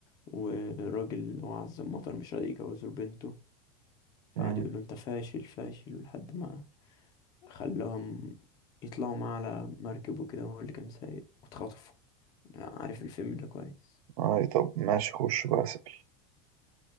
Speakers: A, on the left; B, on the right.
A: وراجل اللي هو عزم مطر مش راضي يجوزه لبنته فقعد
B: مم.
A: يقول له انت فاشل فاشل لحد ما خلاهم يطلعوا معاه على مركب وكده هو اللي كان سايق واتخطفوا عارف الفيلم ده كويس
B: آه طب ماشي خش بقى أسأل